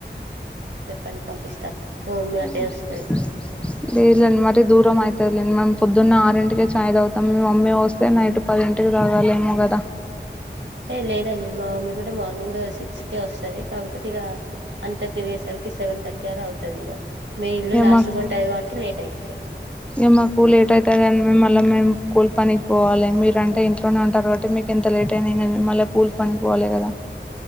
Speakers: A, on the right; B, in the centre.
A: పండి పంపిస్తా మా మమ్మీ
B: మ్హ్
A: అట్లే వస్తది
B: లేద్లేండి మరి దూరం అయి తది లేండి మేము పొద్దున్నె ఆరింటిక్ చాయ్ దాగుతం మీ మమ్మీ వోస్తే నైట్ పదింటికి దాగాలేమో గదా
A: ఏ లేదండి మా మమ్మీ గుడ మార్నింగ్ సిక్స్ కే ఒస్తది కాకపోతె ఇగ అంత తిరిగేసరికి సెవెన్ థర్టీ అలా అవుతదిగ మీ ఇల్లు లాస్ట్
B: మాకు
A: కి ఉంటది కాబట్టి లేట్ అయిపోతది
B: ఇగ మాకు లేట్ అయుతదని మేం మళ్ళ మేము కూల్ పనికి పోవాలి మీర్ అంటే ఇంట్లోనే ఉంటారు కాబట్టి మీ ఎంత లేట్ అయిన ఏం గని మళ్ళ పూల్ పనికి పోవాలె కదా